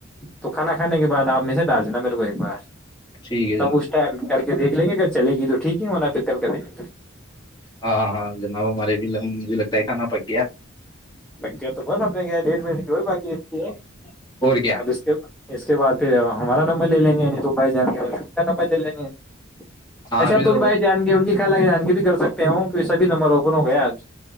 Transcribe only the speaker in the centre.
تو کھانا کھانے کے بعد آپ م سے ڈال دینا میرے کو ایک بار
تب اس ٹائم کر کے دیکھ لیں گے اگر چلے گی تو ٹھیک ہےنا کتل کے نہیں
ب تو بس کیا ڈاقی ا
اس کے بعد پھر ہمارا نمبر لے لیں گے توائی جان بل لے اچسا
تن بھائی جان گے ان کی کیا لگے جانگی بھی کر سکتے ہو کہ سبھی نمبر اوپن ہو گیا آج